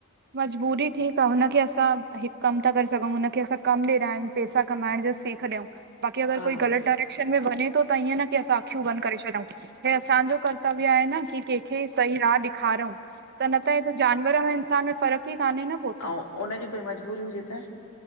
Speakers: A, on the right; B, on the left.
A: मजबूरी ठीकु आ, हुनखे असां, हिकु कमु था करे सघऊं हुनखे असां कमु ॾिरायूं। पैसा कमाइण जा सीख ॾियऊं। बाक़ी अगरि
B: हा
A: कोई ग़लति डायरेक्शन में वञे थो त ईअं न की असां अख़ियूं बंदि करे छॾऊूं। हे असांजो कर्तव्य आहे न कि केखे सही राह ॾेखारऊ, त न हेत जानवर ए इंसान में फ़र्क़ु ई कान्हे न? त
B: अऊं उनजी कोई मजबूरी हुजे त?